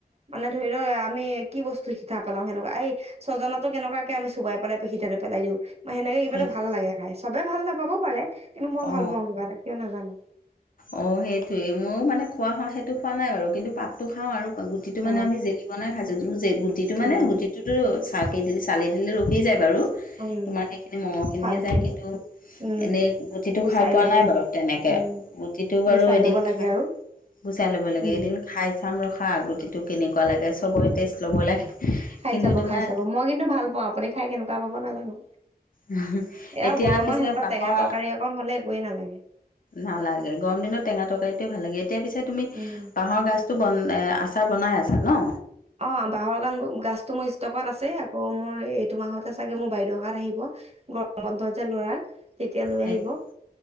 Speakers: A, on the right; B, on the left.
A: মানে ধৰি লওক আমি কি বস্তু সিতা পেলাও হেনেকুৱা এই ছজনাতো কেনেকুৱাকে আমি চোবাই পেলাই সিতাতো পেলাই দিওঁ। হেনেকে কিবা
B: সেইটো
A: এটা ভাল লাগে খাই চবে ভাল নাপাবও পাৰে। কিন্তু মই
B: অ
A: ভাল পাওঁ কিবা এটা কিয় নাজানো
B: অহ সেইটোৱেই। মই মানে খোৱা খাওঁ সেইটো খোৱা নাই বাৰু কিন্তু পাতটো খাওঁ আৰু গুটি
A: অ
B: মানে আমি জেলি বনাই খাইছোঁ যোন গুটিটো মানে
A: অ
B: গুটিটোতো। আকি চাহি দিলে চালি দিলে ৰখি যায় বাৰু
A: উম
B: তোমাৰ সেইখিনি মংহ খিনিহে
A: ছাল
B: যায়
A: খিনি
B: কিন্তু
A: উম
B: এনেই গো গুটিটো
A: গুচাই
B: খাই পোৱা
A: লব
B: নাই
A: লাগে
B: বাৰু তেনেকে
A: উম
B: গুটিটো বাৰু
A: গুচাই
B: এদিন
A: লব
B: খাই।
A: লাগে আৰু
B: গুচাই লব লাগে
A: উম
B: এদিন খাই চাম ৰখা গুটিটো কেনেকুৱা লাগে চবৰে টেষ্ট লব লাগে।
A: খাই
B: কিন্তু
A: চাব
B: তোমাৰ
A: খাই চাব মই কিন্তু ভাল পাওঁ আপুনি খাই কেনেকুৱা পাব নাজানো।
B: উ হু
A: এয়া
B: এতিয়া
A: গৰমত
B: পিছে
A: সেনেকুৱা
B: বাহৰ।
A: টেঙা তৰকাৰী অকন হলে একোৱেই নালাগে
B: নালাগে গৰম দিনত টেঙা তৰকাৰিটোয়ে ভাল লাগে এতিয়া পিছে তুমি
A: উম
B: বাহৰ গাছ বন আচাৰ বনাই আছা ন
A: অ বাঁহৰ গান গাছতটো মোৰ ষ্টকত আছে আকৌ মোৰ এইটো মাহতে চাগে মোৰ বাইদেউহাত। আহিব গৰমত যে ল'ৰা তেতিয়া লৈ
B: অ
A: আহিব